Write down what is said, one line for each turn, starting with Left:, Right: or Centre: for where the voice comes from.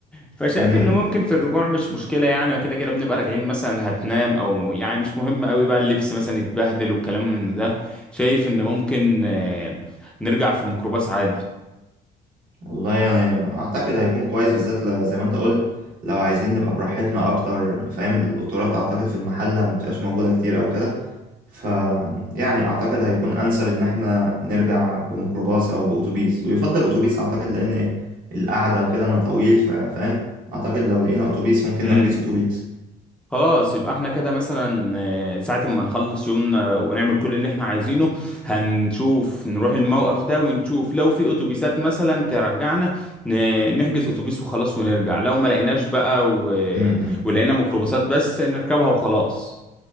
Centre: فشايف
Right: إمم.
Centre: انه ممكن في الرجوع مش مشكله يعني وكده كده بنبقى راجعين مثلا هتنام او يعني مش مهم قوي بقى اللبس مثلا يتبهدل والكلام من ده شايف ان ممكن آه، نرجع في ميكروباص عادي
Right: والله يعني اعتقد هيكون كويس بالذات ل- زي ما انت قلت لو عايزين نبقى براحتنا اكتر فاهم القطارات اعتقد في المحلة ما بتبقاش موجودة كتير او كده ف يعني اعتقد هيكون انسب ان احنا نرجع بميكروباص او باتوبيس ويفضل اتوبيس اعتقد لان ايه القعدة وكده انا طويل ف- فاهم اعتقد لو لقينا اتوبيس ممكن
Centre: امم
Right: نحجز اتوبيس
Centre: خلاص يبقى احنا كده مثلا آه، ساعة ما نخلص يومنا ونعمل كل اللي احنا عايزينه هنشوف نروح الموقف ده ونشوف لو في اتوبيسات مثلا ترجعنا ن- نحجز اتوبيس وخلاص ونرجع لو ما لقيناش بقى و...
Right: امم إمم.
Centre: ولقينا ميكروباصات بس نركبها وخلاص